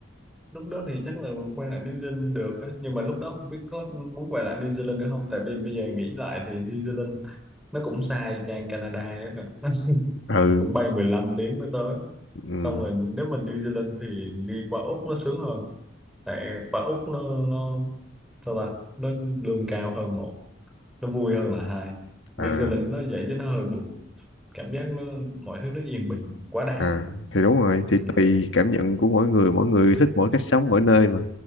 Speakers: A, in the centre; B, on the left.
A: lúc đó thì chắc là quay lại New Zealand được á nhưng mà lúc đó không biết có muốn quay lại New Zealand nữa không tại vì bây giờ nghĩ lại thì New Zealand nó cũng xa ngang Canada ấy nè. <laughs> nó
B: ừ,
A: cũng bay 15 tiếng mới tới
B: ừ
A: xong rồi nếu mà New Zealand thì đi qua Úc nó sướng hơn tại qua Úc nó nó sao ta nó lương cao hơn một nó vui hơn là hai
B: à
A: New Zealand nó vậy chứ nó hơi buồn cảm giác nó mọi thứ nó yên bình quá đáng
B: à thì đúng rồi thì
A: ừ.
B: tùy cảm nhận của mỗi người mỗi người thích mỗi cách sống mỗi nơi mà